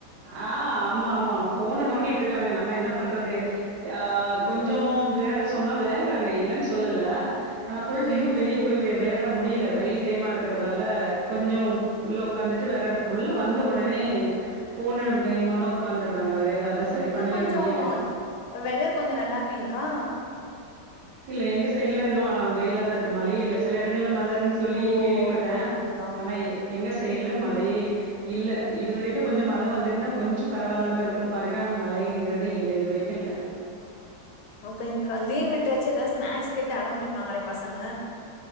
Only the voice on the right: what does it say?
ஆ ஆமா ஆமா ஃபோன நோண்டிட்டுருக்காங்க நம்ம என்ன பண்றது ஆ கொஞ்சோ விளாட சொன்ன விளா ராங்க இல்லன்னு சொல்லல ஆனா ஃபுல்
டைமும் வெளியே போய் விளையாட முடியல வெயில் டைமா இருக் ரதால கொஞ்சோ உள்ள உட்காந்துட்டு வேற உள்ள வந்த உடனே ஃபோன் கையுமா மடோ உட்காந்தறாங்க வே தேதா அதா சரி
பண்ணவே
முடியல
இல்ல எங்க சைடு இல்ல இன்னு வெயில தான் இருக்கு மழையே இல்ல சில இடங்கள்ல மழ இருன்னு சொல்லி
கேள்விப்பட்ட
ஆனா எங்க சைடல மழையே இல்ல இது வரைக்கும் கொஞ்சோ மழ வந்துட்டுன்னா கொஞ்சோ பரவால்லாம இருக்கும் பா்கற அனா மலைங்கிறதே இல்ல இதுவரைக்கும் இல்ல